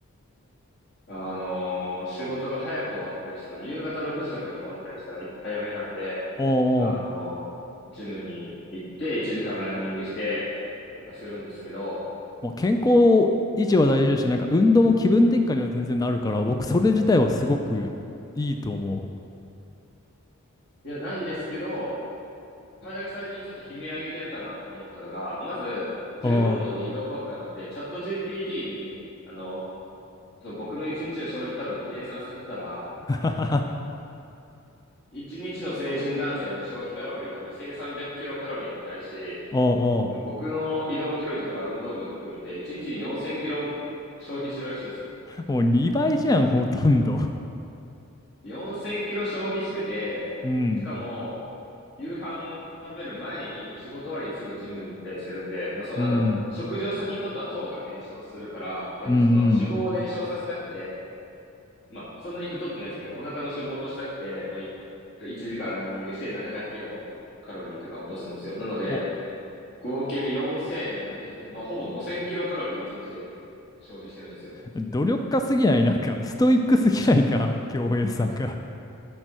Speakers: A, on the left; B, on the left.
A: あのー仕事が早く終わったりしたら、夕方6時とかに終わったりしたら早めなんで、
B: おうおう。
A: あのージムに行って1時間ランニングしてとかするんですけど、
B: もう健康維持は大事だし、なんか運動も気分転換には全然なるから、僕それ自体はすごくいいと思う。
A: いや、なんですけど、体が最近ちょっと悲鳴上げてるかなって思ったのが、まず、重労働で移動ばっかなんで、
B: おう。
A: チャット GPT に、あの、そう、僕の1日の消費カロリー計算させたら、
B: <laughs>
A: 1日の成人男性の消費カロリーが2300キロカロリーに対し、
B: おうお
A: その僕の移動距離とか運動量含めて、1日に4000キロ消費してるらしいんですよ。
B: う。もう2倍じゃん、ほとんど。
A: 4000キロ消費してて、
B: うん。
A: しかも、夕飯食べる前に仕事終わりにすぐジムに行ったりするんで、まあそうなんだろう。
B: うん。
A: 食事を先にとったら糖が燃焼するから、やっぱその脂肪を燃焼させたくて、
B: うんうん。
A: まあそんなに太ってないですけど、お腹の脂肪を落としたくて、まあ1時間ランニングして700キロカロリーとか落とすんですよ。なので、
B: お、
A: 合計で4700、まあ、ほぼ5000キロカロリー1日で消費してるんですよ。
B: 努力家すぎない、なんか、ストイックすぎないか、<laughs> 京平さんが。